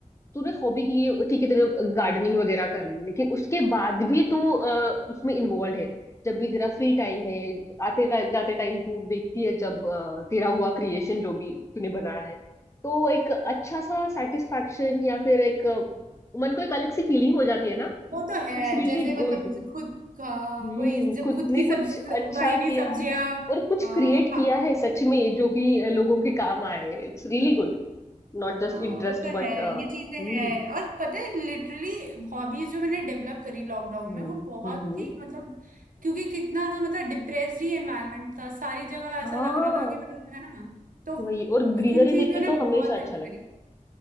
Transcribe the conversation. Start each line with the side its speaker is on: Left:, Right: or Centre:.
Left: तूने हॉबी की है, ठीक है तेरे गार्डनिंग वगैरह कर ली लेकिन उसके बाद भी तू अ, उसमें इन्वॉल्व है जब भी तेरा फ्री टाइम है आते टाइम जाते टाइम तू देखती है जब अ, तेरा हुआ क्रिएशन जो भी तूने बनाया है तो एक अच्छा सा सेटिस्फैक्शन या फिर एक अ, मन को एक अलग सी फीलिंग हो जाती है ना
Right: वो तो है
Left: It's really
Right: जैसे
Left: good
Right: मतलब ज- खुद का
Left: हम्म
Right: वही जब
Left: खुद
Right: खुद
Left: ने
Right: की
Left: कुछ
Right: सब्जी
Left: अच्छा
Right: उगाई हुई
Left: किया
Right: सब्जियां
Left: और कुछ
Right: हाँ
Left: क्रिएट किया है सच में जो कि लोगों के काम आए It's really good not just
Right: हाँ
Left: interest
Right: वो तो
Left: but
Right: है
Left: hmm
Right: ये चीजें हैं और पता है लिटरली हॉबीज जो मैंने डेवलप करी लॉकडाउन
Left: hmm
Right: में वो बहुत
Left: hmm हम्म।
Right: ही मतलब क्योंकि कितना मतलब डिप्रेस्ड ही एनवायरनमेंट था सारी जगह
Left: हाँ
Right: ऐसा लग रहा था कि मतलब है ना तो
Left: वही और ग्रीनरी
Right: इन चीजों
Left: देख के तो
Right: ने बहुत
Left: हमेशा अच्छा
Right: हेल्प
Left: लगता
Right: करी